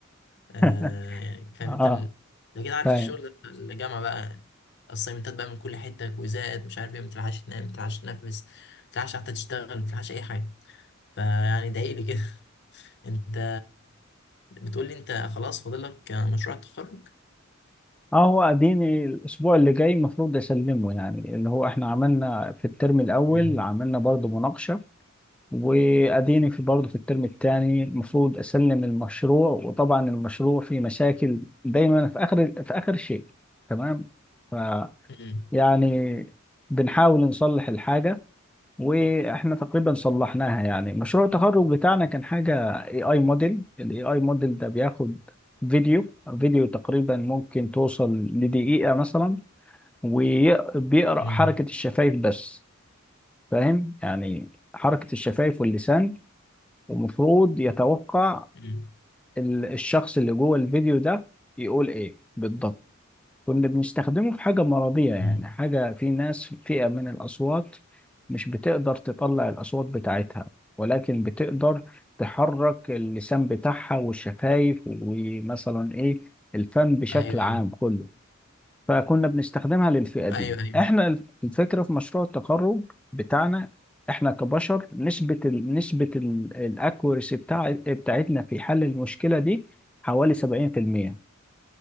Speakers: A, on the left; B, in the centre.
A: آه
B: <laughs>
A: يعني فاهم
B: اه
A: انت ال- انت كده عارف
B: فاهم
A: الشغل ده بتاع الجامعه بقى الصيمنتات بقى من كل حته كويزات مش عارف ايه ما بتلحقش تنام ما بتلحقش تنفس ما بتلحقش حتى تشتغل ما بتلحقش اي حاجه فيعني ضايقلي كده <laughs> انت بتقول لي انت خلاص فاضل لك مشروع التخرج
B: اه هو اديني الاسبوع اللي جاي المفروض اسلمه يعني اللي هو احنا عملنا في الترم الاول
A: مم.
B: عملنا برضو مناقشة واديني في برضه في الترم الثاني المفروض اسلم المشروع وطبعا المشروع فيه مشاكل دايما في اخر في اخر شيء تمام ف
A: امم
B: يعني بنحاول نصلح الحاجه واحنا تقريبا صلحناها يعني مشروع التخرج بتاعنا كان حاجه اي اي موديل الاي اي موديل ده بياخد فيديو فيديو تقريبا ممكن توصل لدقيقه مثلا وبيقرا
A: امم
B: حركه الشفايف بس فاهم يعني حركه الشفايف واللسان ومفروض يتوقع
A: مم.
B: ال- الشخص اللي جوه الفيديو ده يقول ايه بالضبط كنا بنستخدمه في حاجة مرضية يعني
A: مم.
B: حاجة في ناس فئة من الأصوات مش بتقدر تطلع الأصوات بتاعتها ولكن بتقدر تحرك اللسان بتاعها والشفايف ومثلا ايه الفم بشكل
A: ايوه
B: عام
A: ايوه
B: كله فكنا بنستخدمها للفئة دي
A: ايوه ايوه
B: احنا الف- الفكرة في مشروع التخرج بتاعنا احنا كبشر نسبة ال نسبة الاكوريسي بتاع بتاعتنا في حل المشكلة دي حوالي 70%